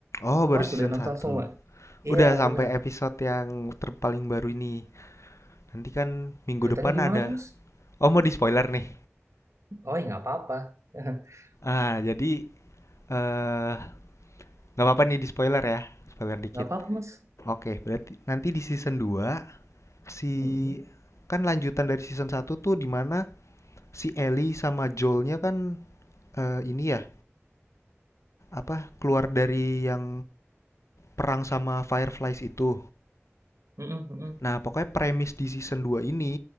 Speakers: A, on the left; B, on the right.
A: Oh, baru
B: Mas
A: season
B: sudah nonton
A: satu
B: semua? Iya,
A: Udah sampai
B: benar.
A: episode yang terpaling baru ini Nanti kan minggu
B: Ceritanya
A: depan
B: gimana
A: ada.
B: tuh, Mas?
A: Oh mau di spoiler nih.
B: Oh, ya nggak apa-apa. <laughs>
A: Ah jadi eh nggak apa-apa nih di spoiler ya. Spoiler dikit.
B: Nggak apa-apa, Mas.
A: Oke berarti nanti di season 2 si
B: Mm-mm.
A: kan lanjutan dari season satu tuh dimana si Ellie sama Joelnya kan eh, ini ya apa keluar dari yang perang sama Fireflies itu.
B: Mm-mm, mm-mm.
A: Nah pokoknya premis di season 2 ini